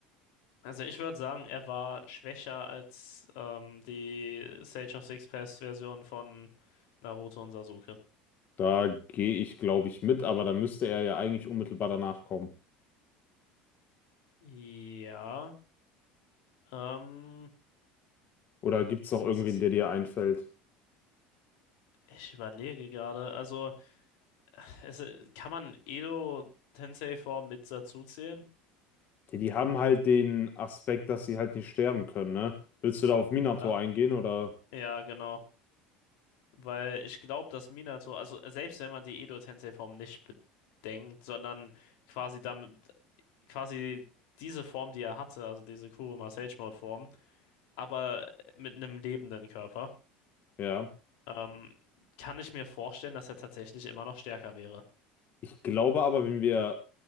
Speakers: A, on the left; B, on the left.
A: Also ich würde sagen, er war schwächer als ähm, die Sage of Six Paths-Version von Naruto und Sasuke.
B: Da gehe ich, glaube ich, mit, aber da müsste er ja eigentlich unmittelbar danach kommen.
A: Ja, ähm,
B: Oder gibt es noch irgendwen,
A: das ist,
B: der dir einfällt?
A: ich überlege gerade, also es, kann man Edo Tensei-Form mit dazu zählen?
B: Die, die haben halt den Aspekt, dass sie halt nicht sterben können, ne? Willst du da auf Minato
A: Ja,
B: eingehen oder?
A: ja, genau. Weil ich glaube, dass Minato, also selbst wenn man die Edo-Tensei-Form nicht bedenkt, sondern quasi damit, quasi diese Form, die er hatte, also diese Kuruma Sage Mode-Form, aber mit einem lebenden Körper,
B: Ja.
A: ähm, kann ich mir vorstellen, dass er tatsächlich immer noch stärker wäre.
B: Ich glaube aber, wenn wir